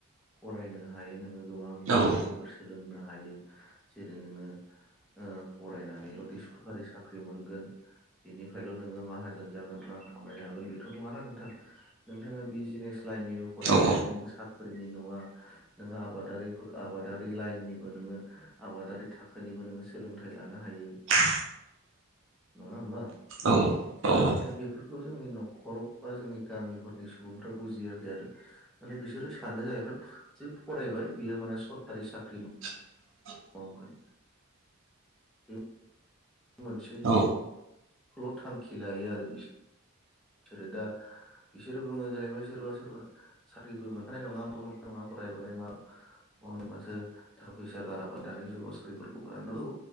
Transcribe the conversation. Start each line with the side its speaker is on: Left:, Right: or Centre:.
Centre: गोबां खामानिफोर
Right: औ
Centre: सोलोंनो हायो जेरै नोङो ओ फरायनानैल'दि सरखारि साख्रि मोनगोन बेनिफ्रायल' नोङो खामायनो हागोन बेथ' नङा ना नोंथां। नोंथाङा बि जिनेस लाइननिबो फरायनो
Right: औ
Centre: हायो नों साख्रिनि न'
Right: <inaudible>
Centre: नोङो आबादारिफोर आबादारि लाइननिबो नोङो आबादारि थाखोनिबो नोङो सोलोंथाइ लानो हायो।
Right: <inaudible>
Centre: नंङा होमबा
Right: औ औ
Centre: दा बेफोरखौ जोंनि न'खराव बा जोंनि गामिफोरनि सुबुं फोरा बुजियाखै आरो माने बिसोरो सानो जाहैबाय जे फरायबाय बियो माने सरकारि साख्रि
Right: <inaudible>
Centre: मावगोन बे मोनसे
Right: औ
Centre: हल' थांखि लायो आरो बिसोर बिसोरो दा बिसोरो बुंङो जाहैबाय सोरबा सोरबा साख्रिबो मोनखानाय नंङा फरायबालाय मा मनो माथो थाखा फैसा गाराबा दानि जुगाव सख्रिफोरखौ मोननांगौ